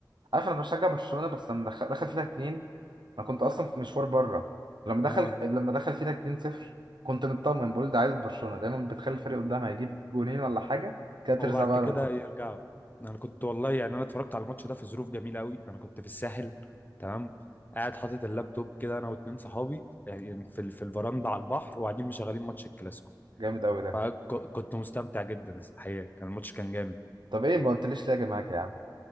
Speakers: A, on the right; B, on the left.
A: عارف انا بشجع برشلونه بس لما دخل, دخل فينا اتنين انا كنت اصلا في مشوار بره لما دخل
B: اه
A: لما دخل فينا اتنين صفر كنت مطمن بقول ده عايز برشلونه دايما بتخلي الفريق قدامها يجيب جونين ولا حاجه كده ترزع
B: وبعد
A: بقى
B: كده
A: لهم كده
B: يرجعوا انا كنت والله يعني انا اتفرجت على الماتش ده في ظروف جميله قوي انا كنت في الساحل تمام قاعد حاطط اللابتوب كده انا واتنين صحابي يعني في ال- في الفرندا على البحر وقاعدين مشغلين ماتش الكلاسيكو
A: جامد قوي ده
B: فكنت مستمتع جدا الحقيقه كان الماتش كان جامد
A: طب ايه ما قلتليش ليه يا جماعه يا عم